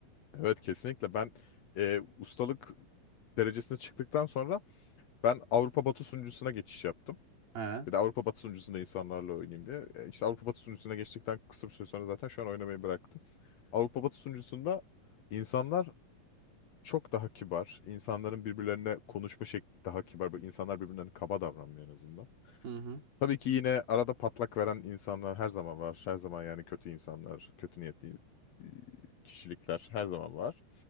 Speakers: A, on the left (about 70°); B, on the right (about 75°).
A: Evet kesinlikle ben e, ustalık derecesine çıktıktan sonra ben Avrupa Batı sunucusuna geçiş yaptım.
B: Evet.
A: Bir de Avrupa Batı sunucusunda insanlarla oynayayım diye. E, İşte Avrupa Batı sunucusuna geçtikten kısa bir süre sonra zaten şu an oynamayı bıraktım. Avrupa Batı sunucusunda insanlar çok daha kibar. İnsanların birbirlerine konuşma şekli daha kibar. Böyle İnsanlar birbirlerine kaba davranmıyor en azından.
B: Hı hı.
A: Tabii ki yine arada patlak veren insanlar her zaman var. Her zaman yani kötü insanlar, kötü niyetli e, kişilikler her zaman var.